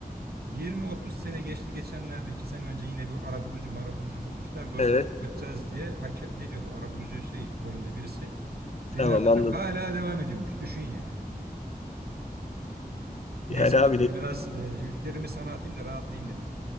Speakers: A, on the right; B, on the left.
A: 20-30 sene geçti geçenlerde 2 sene önce yine bir arabulucu marabulucu bulmuşlar. Dosyayı
B: Evet
A: kapatacağız diye hakem ne diyorlar? Arabulucu şey rolünde birisi.
B: tamam
A: Beni aradı,
B: anladım.
A: hala devam ediyormuş. Düşün yani. Neyse
B: Yani abi
A: dostum
B: de
A: biraz e, yüklerimi sana atayım da rahatlayayım dedim.